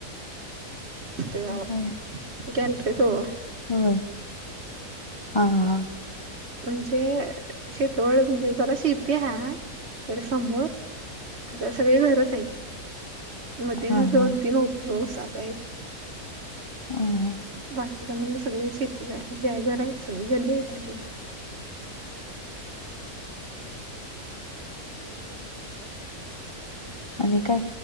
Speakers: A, on the right; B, on the left.
A: ते ओ
B: होय
A: गॅलरीत ओ.
B: होय, आं..
A: म्हणजे शेतवड, म्हणजे जरा शेती हाय. तर समोर घर, सगळे घरच हायत. मध्ये
B: हा हा
A: दोन तीन उपवास असायचे.
B: हं.
A: बाकीकडना मग सगळी शेतीच हाय, हे आहे घर आहेत सगळे, गल्ली आहे आता हे.
B: आणि काय.